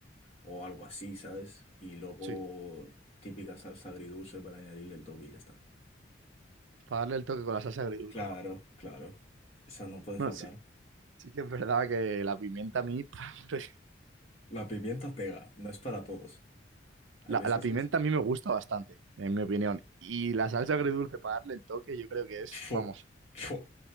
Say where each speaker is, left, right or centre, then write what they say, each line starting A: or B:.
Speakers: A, on the left (about 35°); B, on the right (about 80°).
A: o algo así, ¿sabes? Y luego
B: Sí,
A: típica salsa agridulce para añadirle el toque y ya está.
B: para darle el toque con la salsa agridulce,
A: Claro,
B: ¿no?
A: claro. Esa no puede
B: No,
A: faltar.
B: sí, sí que es verdad que la pimienta a mí, <laughs>
A: La pimienta pega, no es para todos. Hay
B: la,
A: veces
B: la pimienta
A: que sí.
B: a mí me gusta bastante, en mi opinión. Y la salsa agridulce para darle el toque, yo creo que es,
A: Fu,
B: vamos.
A: fu.